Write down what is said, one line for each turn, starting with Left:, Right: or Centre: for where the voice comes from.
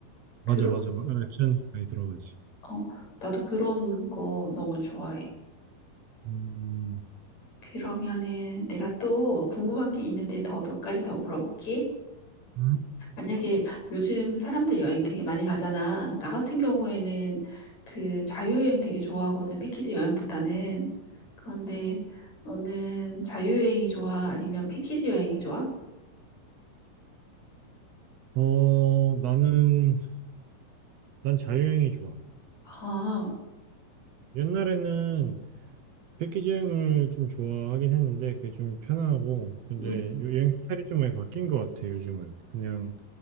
Left: 그런,
Right: 맞아, 맞아. 막 액션 많이 들어가지.
Left: 어, 나도 그런 거 너무 좋아해.
Right: 음,
Left: 그러면은 내가 또 궁금한 게 있는데 더 몇 가지 더 물어볼게.
Right: 음?
Left: 만약에 요즘 사람들 여행 되게 많이 가잖아. 나 같은 경우에는 그 자유여행 되게 좋아하거든. 패키지 여행보다는. 그런데 너는 자유여행이 좋아? 아니면 패키지 여행이 좋아?
Right: 어, 나는, 난 자유여행이 좋아.
Left: 아,
Right: 옛날에는 패키지 여행을 좀 좋아하긴 했는데, 그게 좀 편하고, 근데
Left: 음,
Right: 요- 여행 스타일이 좀 많이 바뀐 것 같아, 요즘은. 그냥